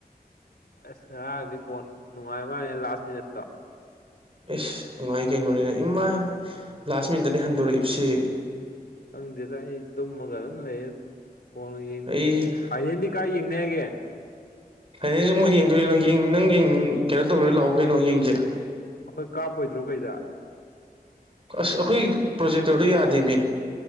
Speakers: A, on the left (about 75°); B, on the right (about 35°).
A: ꯑꯁ ꯉꯔꯥꯡꯗꯤ ꯕꯣꯟ ꯅꯨꯡꯉꯥꯏ ꯃꯥꯜꯂꯦ ꯂꯥꯁ ꯃꯤꯅꯤꯠꯇꯣ
B: ꯑꯦꯁ ꯅꯨꯡꯉꯥꯏ ꯀꯩꯅꯣꯅꯦ ꯏꯃꯥ ꯂꯥꯁ ꯃꯤꯅꯤꯠꯇꯅꯦ ꯍꯟꯗꯣꯔꯛꯏꯕꯁꯤ
A: ꯈꯪꯗꯦꯗ ꯑꯩ ꯇꯨꯝꯃꯒ ꯑꯗꯨꯝ ꯂꯩꯌꯦ ꯕꯨꯜꯒ ꯌꯦꯡꯅꯤꯡꯗꯦ
B: ꯑꯩ
A: ꯐꯥꯏꯅꯦꯜꯗꯤ ꯀꯥꯏ ꯌꯦꯡꯅꯤ ꯍꯥꯏꯒꯦ
B: ꯐꯥꯏꯅꯁꯨ ꯃꯣꯏ ꯌꯦꯡꯗꯣꯏꯅꯣ ꯅꯪꯡ ꯀꯩꯅꯣ ꯇꯧꯔ ꯂꯥꯛꯑꯣ ꯀꯩꯅꯣ ꯌꯦꯡꯁꯤ
A: ꯑꯩꯈꯣꯏ ꯀꯥꯞꯄꯣꯏꯗ꯭ꯔꯣ ꯀꯩꯗ
B: ꯑꯁ ꯑꯩꯈꯣꯏ ꯄ꯭ꯔꯣꯖꯦꯛꯇꯔꯗꯣ ꯌꯥꯗꯦꯃꯦ